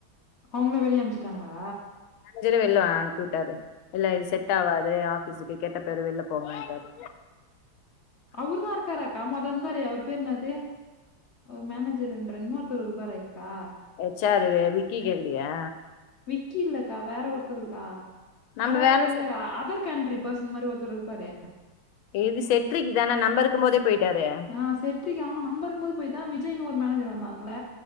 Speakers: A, on the left (about 50°); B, on the left (about 85°).
A: அவுங்களே வெளிய அமுச்சுட்டாங்களா
B: அஞ்சர வெள்ல அனுப்பி உட்டாரு இல்ல இது செட் ஆவாது ஆபீஸுக்கு கெட்ட பேரு வெள்ல போங்கன்டாரு
A: அவுருதா இருக்காரா க்காமொத இருந்தாரே அவரு பேரு என்னது அவர் மேனேஜர் என்ற இன்னோர்தரு இருப்பாரேக்கா
B: ஹேச் ஆரு விக்கி கேக்குறியா
A: விக்கி இல்லக்கா வேற ஒருத்தவருக்கா
B: நம்ம
A: அதா இப்ப
B: வேல
A: இ
B: செ
A: அதர் கண்ட்ரி பர்சன் மாரி ஒருத்தர் இருப்பாரே
B: இது செட்ரிக் தான நம்ப இருக்கும் போதே போய்ட்டாரே
A: ஆ செட்ரிக்‌ ஆமா நம்ப இருக்கும் போது போய் தா விஜய்னு ஒரு மேனேஜர் வந்தான்ல